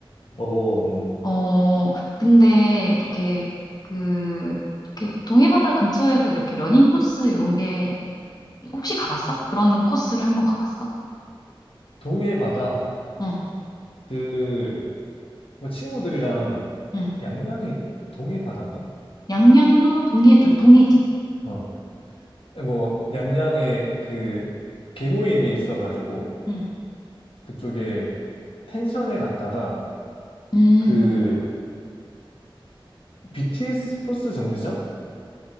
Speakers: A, on the left (about 85°); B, on the left (about 45°).
A: 어, 음.
B: 어, 근데 이렇게 그, 이렇게 동해바다 근처에도 이렇게 러닝 코스 이런 게 혹시 가봤어? 그런 코스를 한번 가봤어?
A: 동해 바다.
B: 응,
A: 그, 뭐 친구들이랑
B: 응.
A: 양양이 동해 바다인가?
B: 양양도 동해 쪽, 동해지.
A: 어. 예, 뭐 양양에 그 개모임이 있어가지고
B: 응,
A: 그쪽에 펜션에 갔다가
B: 음,
A: 그 BTS 버스 정류장?